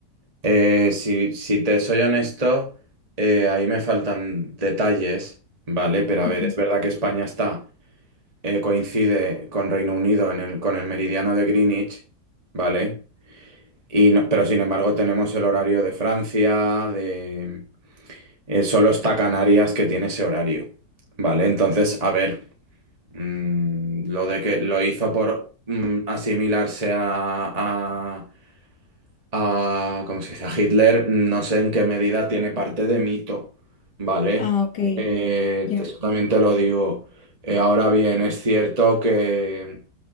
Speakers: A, on the right (about 25°); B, on the left (about 85°).
A: Eh, si, si te soy honesto, eh, ahí me faltan detalles, ¿vale? Pero a
B: Ujú.
A: ver, es verdad que España está, eh, coincide con Reino Unido en el, con el meridiano de Greenwich, ¿vale? Y no- pero sin embargo tenemos el horario de Francia, de, eh, solo está Canarias que tiene ese horario, ¿vale? Entonces, a ver, mm, lo de que lo hizo por mm, asimilarse a, a, ¿cómo se dice? A Hitler, no sé en qué medida tiene parte de mito, ¿vale?
B: Ah, ok,
A: Eh,
B: ya.
A: eso también te lo digo. Eh, ahora bien, es cierto que,